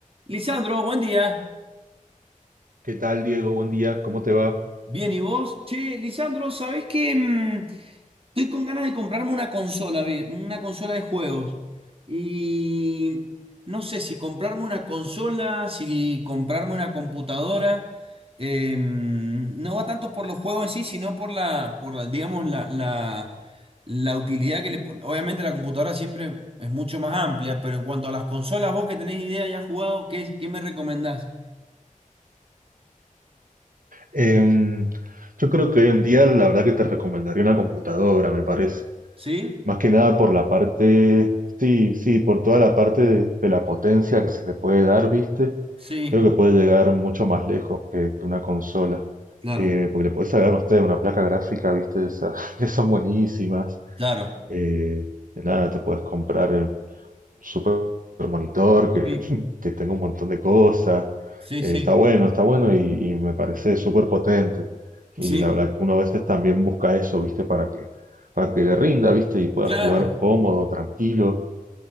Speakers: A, on the right; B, on the right.
A: Lisandro, buen día.
B: ¿Qué tal, Diego? Buen día, ¿cómo te va?
A: Bien, ¿y vos? Che, Lisandro, ¿sabés qué? Mm, estoy con ganas de comprarme una consola, bien, una consola de juegos. Y no sé si comprarme una consola, si comprarme una computadora. Eh, mm, no va tanto por los juegos en sí, sino por la, por la, digamos, la, la, la utilidad que le... po- Obviamente la computadora siempre es mucho más amplia, pero en cuanto a las consolas, vos que tenés idea ya has jugado, ¿qué, qué me recomendás?
B: Em, yo creo que hoy en día la verdad que te recomendaría una computadora, me parece.
A: ¿Sí?
B: Más que nada por la parte, sí, sí, por toda la parte de, de la potencia que se le puede dar, ¿viste?
A: Sí,
B: Creo que puede llegar mucho más lejos que una consola.
A: claro.
B: Eh, porque le puedes sacar, no sé, una placa gráfica, ¿viste? De esas <laughs> que son buenísimas.
A: Claro.
B: Eh, nada, te puedes comprar eh, un super monitor
A: Sí.
B: que, <laughs> que tenga un montón de cosas.
A: Sí,
B: Eh,
A: sí,
B: está bueno, está bueno y, y me parece súper potente. Y
A: sí,
B: la verdad que uno a veces también busca eso, ¿viste? Para que, para que le rinda, ¿viste? Y pueda
A: claro.
B: jugar cómodo, tranquilo.